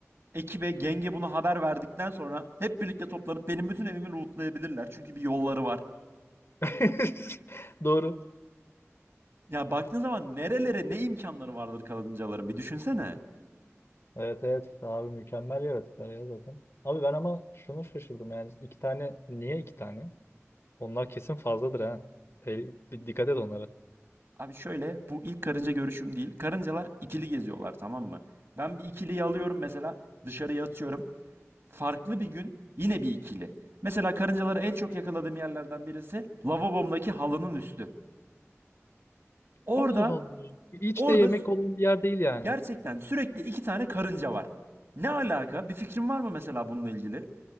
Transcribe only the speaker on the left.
<laughs> Doğru.
Evet evet. Abi mükemmel yaratıklar ya zaten. Abi ben ama şunu şaşırdım yani. iki tane. Niye iki tane? Onlar kesin fazladır ha. Te- bir dikkat et onlara.
Allah Allah. Hiç
de yemek olan bir yer değil yani.